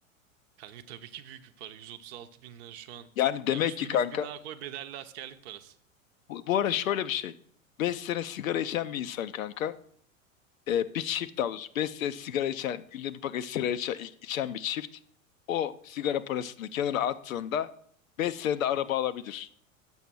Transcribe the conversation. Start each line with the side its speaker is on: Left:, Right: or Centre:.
Right: Kanka tabii ki büyük bir para. 136 bin lira şu an.
Left: Yani demek
Right: Yani üstüne
Left: ki kanka
Right: 100 bin daha koy bedelli askerlik parası.
Left: bu, bu ara şöyle bir şey. beş sene sigara içen bir insan kanka e, bir çift daha doğrusu 5 sene sigara içen, günde bir paket sigara içen, içen bir çift o sigara parasını kenara attığında 5 senede araba alabilir.